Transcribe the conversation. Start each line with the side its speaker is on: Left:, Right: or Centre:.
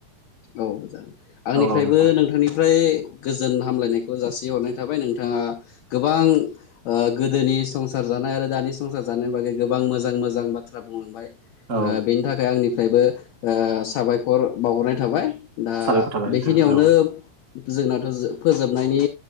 Left: औ जागोन आंनिफ्रायबो
Right: औ औ नोंथां
Left: नोंथांनिफ्राय गोजोन हामलायनायखौ जासिहरनाय थाबाय नों थांङा गोबां ओ गोदोनि संसार जानाय आरो दानि संसार जानाय बागै गोबां मोजां मोजां बाथ्रा बुंलांबाय ओ
Right: औ
Left: बेनि थाखाय आंनिफ्रायबो साबायखर बावहरनाय थाबाय दा
Right: साबायखर थाबाय
Left: बेखिनियावनो
Right: नोंथां औ
Left: जोंनाथ' फोजोबनायनि